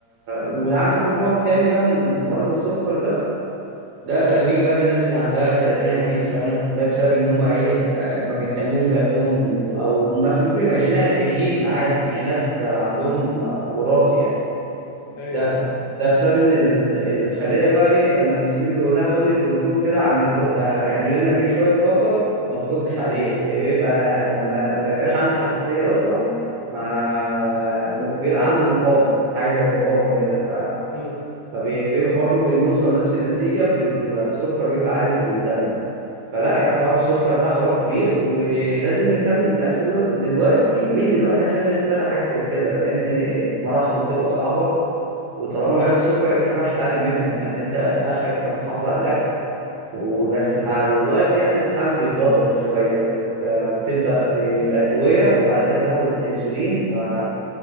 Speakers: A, on the right (about 65°); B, on the left (about 80°).
A: وعندك النوع التاني بقى من مرض السكر ده ده بيجي بقى للناس اللي عندها
B: مم.
A: 30 40 سنة ده بسبب إن هم إيه آه، ما بيهتموش بأكلهم أو مثلا ممكن يبقى جينا- جين عادي جينات عندهم
B: مم.
A: آه، وراثي يعني.
B: ايوه
A: ده ده بسبب ان ال- الخليه بقى ايه لما الانسولين بيقول لها خدي الجلوكوز كده اعمل آه، اعمل لنا بيه شويه طاقه ما تردش عليه بيبقى ما, ما بيبقاش عنده حساسيه اصلا ما م- بيبقى عنده مقاومه حاجه زي مقاومه كده ف
B: مم.
A: فبيبقى برضه بنوصل لنفس النتيجه بالسكر بيبقى عالي في الدم فلا يعني
B: مم.
A: حوار السكر ده حوار كبير ولازم نهتم بالاكل دلو- دلوقتي من دلوقتي عشان نتفادى حاجه زي كده لان مراحله بتبقى صعبه وطالما جالك سكر انت ما ينفعش تعالج منه يعني انت اخرك انك تحافظ على الاكل وبس مع الوقت يعني الحال بيتدهور شويه بت... بتبدا ب-
B: مم.
A: بادويه وبعد كده بتاخد انسولين فلا